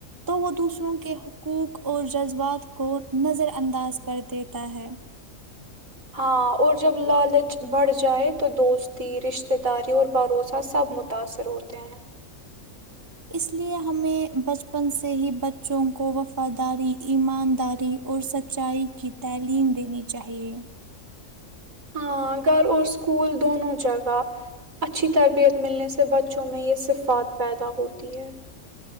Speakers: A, on the right (about 15°); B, on the right (about 85°).
A: تو وہ دوسروں کے حقوق اور جذبات کو نظر انداز کر دیتا ہے
B: ہاں اور جب لالچ بڑھ جائے تو دوستی رشتہ داری اور بھروسہ سب متاثر ہوتے ہیں
A: اس لیے ہمیں بچپن سے ہی بچوں کو وفاداری ایمانداری اور سچائی کی تعلیم دینی چاہیے
B: ہاں گھر اور اسکول دونوں جگہ اچھی تربیت ملنے سے بچوں میں یہ صفات پیدا ہوتی ہے